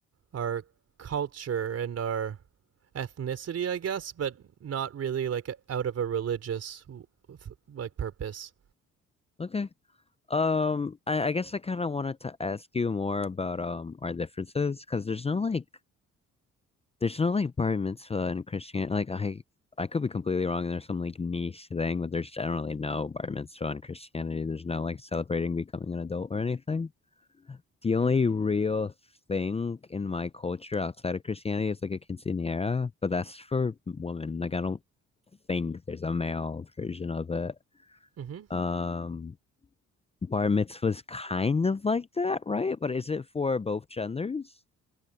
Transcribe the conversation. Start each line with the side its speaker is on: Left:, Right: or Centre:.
Right: our culture and our ethnicity, I guess, but not really like a- out of a religious like purpose.
Left: Okay. Um, I, I guess I kind of wanted to ask you more about um our differences because there's no like There's no like bar mitzvah in Christianity. Like I, I could be completely wrong, and there's some like niche thing, but there's generally no bar mitzvah in Christianity. There's no like celebrating becoming an adult or anything. The only real thing in my culture outside of Christianity is like a quinceañera, but that's for women. Like I don't think there's a male version of it.
Right: Mm-hmm.
Left: Um, bar mitzvah's kind of like that, right? But is it for both genders?